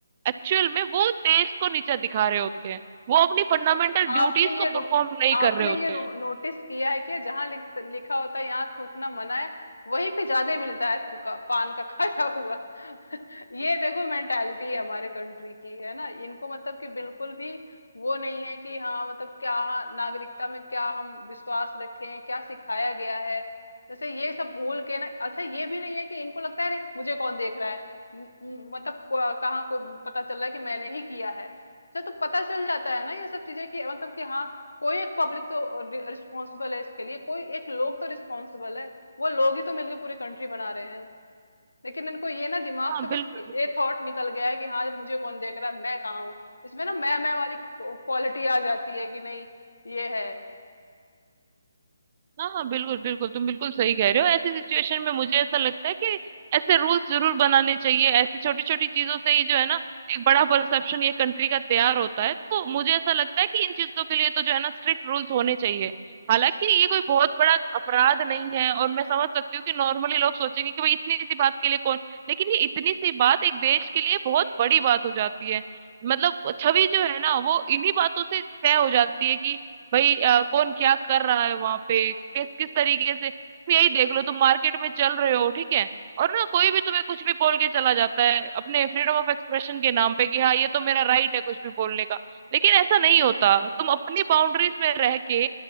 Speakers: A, on the right (about 35°); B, on the left (about 80°).
A: एक्चुअल में वो देश को नीचा दिखा रहे होते हैं वो अपनी
B: अच्छा
A: फंडामेंटल ड्यूटीज
B: आपने ये
A: को
B: रो,
A: परफॉर्म नहीं
B: आपने
A: कर रहे होते
B: ये नो,
A: हैं
B: नोटिस किया है कि जहां लिख, लिखा होता है यहाँ थूकना मना है वहीं पे ज्यादा मिलता है थूका पान का खाया हुआ <laughs> ये देखो मेंटालिटी है हमारे कंट्री की है ना इनको मतलब कि बिल्कुल भी वो नहीं है कि हाँ मतलब क्या नागरिकता में क्या हम विश्वास रखें क्या सिखाया गया है जैसे ये सब भूल के ना अच्छा ये भी नहीं है कि इनको लगता है अरे मुझे कौन देख रहा है म- म- मतलब को- कहाँ कोई पता चल रहा है कि मैंने ही किया है अच्छा तो पता चल जाता है ना ये सब चीजें कि मतलब कि हाँ कोई एक पब्लिक तो रिस्पॉन्सिबल है इसके लिए कोई एक लोग तो रिस्पॉन्सिबल है वो लोग ही तो मिलकर पूरी कंट्री बना रहे हैं लेकिन इनको ये ना दिमाग
A: हाँ
B: से
A: बिल्कुल
B: बस ये,
A: बिल्कुल
B: ये थॉट निकल गया है कि हाँ मुझे कौन देख रहा है मैं कहाँ हूँ इसमें ना मैं मैं वाली क्वालिटी आ जाती है कि नहीं ये है
A: हाँ हाँ बिल्कुल बिल्कुल तुम बिल्कुल सही कह रहे हो ऐसी सिचुएशन में मुझे ऐसा लगता है कि ऐसे रूल्स जरूर बनाने चाहिए ऐसी छोटी छोटी चीजों से ही जो है ना एक बड़ा परसेप्शन ये कंट्री का तैयार होता है तो मुझे ऐसा लगता है कि इन चीजों के लिए तो जो है ना स्ट्रिक्ट रूल्स होने चाहिए हालांकि ये कोई बहुत बड़ा अपराध नहीं है और मैं समझ सकती हूँ कि नॉर्मली लोग सोचेंगे कि भाई इतनी सी बात के लिए कौन लेकिन ये इतनी सी बात एक देश के लिए बहुत बड़ी बात हो जाती है मतलब छवि जो है ना वो इन्हीं बातों से तय हो जाती है कि भाई अ, कौन क्या कर रहा है वहां पे किस किस तरीके से तुम यही देख लो तुम मार्केट में चल रहे हो ठीक है और ना कोई भी तुम्हें कुछ भी बोल के चला जाता है अपने फ्रीडम ऑफ एक्सप्रेशन के नाम पे कि हाँ ये तो मेरा राइट है कुछ भी बोलने का लेकिन ऐसा नहीं होता तुम अपनी बाउंड्रीज में रह के